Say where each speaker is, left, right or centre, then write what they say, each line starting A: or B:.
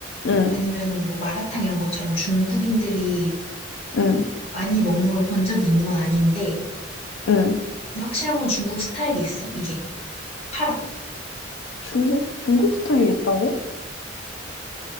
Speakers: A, on the left (about 80°); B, on the left (about 30°).
A: 응,
B: 아니면은 뭐 마라탕 이런 것처럼 중국인들이
A: 응,
B: 많이 먹는 걸 본 적이 있는 건 아닌데
A: 응.
B: 근데 확실한 건 중국 스타일이 있어 이게 파라
A: 중국, 중국 스타일이 있다고?